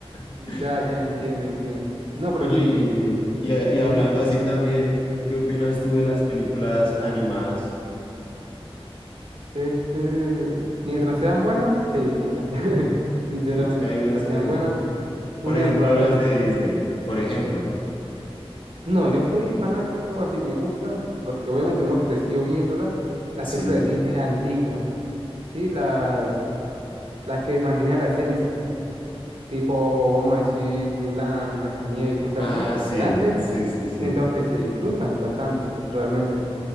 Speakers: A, on the left; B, on the right.
A: <laughs>
B: Ya, ya entiendo, entiendo. No, pero
A: Oye,
B: sí,
A: y, y, y hablando
B: dime,
A: así también, ¿qué opinas tú de las películas animadas?
B: este, mientras sean buenas, se disfrutan. <laughs> Sinceramente,
A: Sí, es que hay
B: mientras
A: unas que,
B: sean buenas.
A: por
B: Un
A: ejemplo,
B: ejemplo, a
A: las
B: ver,
A: de Disney, por ejemplo.
B: No, yo soy fanático, así me gustan, porque obviamente uno creció viéndolas, las
A: Sí.
B: películas de Disney antiguas, ¿sí? Las, las que mantenían la esencia, tipo, vamos a decir, Mulan, Blancanieves y cosas
A: Ah,
B: así,
A: sí,
B: de antes,
A: sí, sí, sí.
B: siento que se disfrutan bastante, realmente.